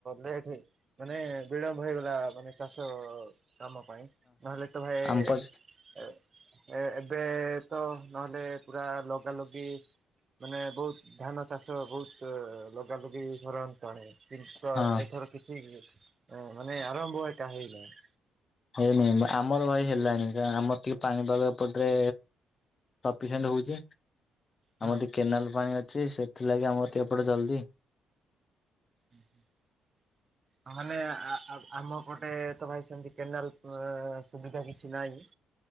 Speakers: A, on the right; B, on the left.
A: ଲେଟ ମାନେ ବିଳମ୍ବ ହେଇଗଲା ମାନେ ଚାଷ କାମ ପାଇଁ। ନହେଲେ ତମେ ଭାଇ
B: ଆମପଟ
A: ଏବେ। ଏ ଏବେ ତ ନହେଲେ ପୁରା ଲଗା ଲଗି। ମାନେ ବହୁତ ଧାନ ଚାଷ ବହୁତ ଲଗା ଲଗି ସରନ୍ତି। କଣ କିନ୍ତୁ
B: ହଁ
A: ଏଥର କିଛି ମାନେ ଆରମ୍ଭ ଏଟା ହେଇନହିଁ।
B: ହେଇନାଇଁ। ଆମର ଭାଇ ହେଲାଣି କ ଆମର ଟିକେ ପାଣି ପାଗ ଏପଟରେ। ସଫିସିଏଣ୍ଟ ହେଉଛି ଆମର
A: ହଁ।
B: ଟିକେ କେନାଲ ପାଣି ଅଛି ସେଥିଲାଗି ଆମର ଟିକେ ଏପଟେ ଜଲ୍ଦି।
A: ହୁଁ ହୁଁ। ମାନେ ଆମ ପଟେ ତ ଭାଇ ସେମତି କେନାଲ ସୁବିଧା କିଛି ନାହିଁ।